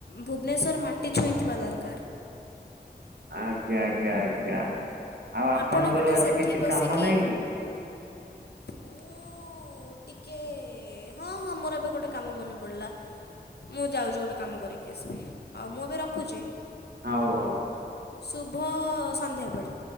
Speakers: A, on the left (about 70°); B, on the right (about 70°).
A: ଭୁବନେଶ୍ଵର ମାଟି ଛୁଇଁଥିବା ଦରକାର।
B: ଆଜ୍ଞା ଆଜ୍ଞା ଆଜ୍ଞା। ଆଉ ଆପଣଙ୍କର
A: ଆପଣ ଗୋଟେ
B: ଆଜି
A: ସେଠି
B: କିଛି
A: ବସିକି
B: କାମ ନାହିଁ କି
A: ମୁଁ ମୁଁ ଟିକେ ହଁ ହଁ ମୋର ଏବେ ଗୋଟେ କାମ ମନେ ପଡିଲା। ମୁଁ ଯାଉଛି ଗୋଟେ କାମ କରିକି ଆସିବି। ହଉ ମୁଁ ଏବେ ରଖୁଛି
B: ହଉ ହଉ।
A: ଶୁଭ ସନ୍ଧ୍ୟା ବେଳ।